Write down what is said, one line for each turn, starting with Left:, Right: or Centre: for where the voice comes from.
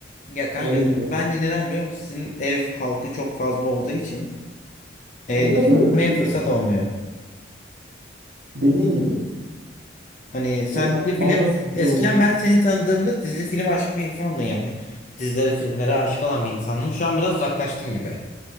Left: Ya kanka
Right: Öyle bir şey.
Left: bence neden biliyor musun? Sizin ev halkı çok fazla olduğu için e,
Right: Ya biraz
Left: dinlemeye
Right: öyle oluyor
Left: fırsat
Right: işte.
Left: olmuyor.
Right: Dediğin gibi.
Left: Hani sen
Right: Böyle ba-
Left: dizi
Right: bazen
Left: film
Right: sıkıntılar
Left: eskiden
Right: oluyor.
Left: ben seni tanıdığımda dizi film aşkı bir insandın yani. Dizilere filmlere aşık olan bir insandın. Şu an biraz uzaklaştın gibi.